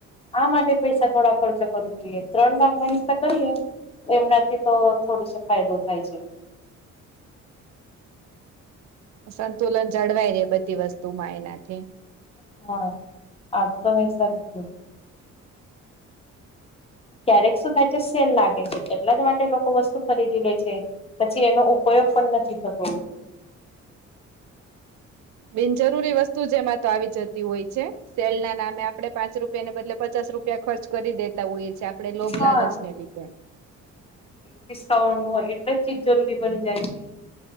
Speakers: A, on the left; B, on the right.
A: આ માટે પૈસા થોડા ખર્ચ કરવું જોઈએ ત્રણ ભાગમાં હિસ્સા કરીએ એમનાથી તો થોડો સો ફાયદો થાય છે.
B: સંતુલન જળવાય રહેે બધી વસ્તુ માં એનાથી.
A: હા આ તો તમે સાારી ક્યારેક શું થાય છે સેલ લાગે છે એટલા જ માટે લોકો વસ્તુ ખરીદી લે છે. પછી એનો ઉપયોગ પણ નથી થતો.
B: બિનજરૂરી વસ્તુ જેમાં તો આવી જતી હોય છે. સેલ ના નામે આપડે પાંચ રૂપિયાને બદલે પચાસ રૂપિયા ખર્ચ કરી દે. તા હોઈએ છીએ આપણે લોભ
A: હા.
B: લાલચને લીધે.
A: ડિસ્કાઉન્ટ હોય એટલે ચીજ જરૂરી બની જાય છે.